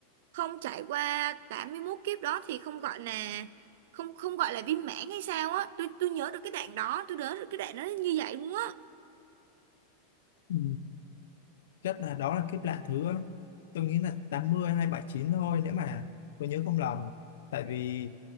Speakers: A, on the right; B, on the left.
A: không trải qua 81 kiếp đó thì không gọi là không không gọi là viên mãn hay sao á tôi tôi nhớ được cái đoạn đó tôi nhớ được cái đoạn đó như vậy luôn á
B: Ừ. chắc là đó là kiếp lạ thứ tôi nghĩ là 80 hay bảy chín thôi nếu mà tôi nhớ không lầm tại vì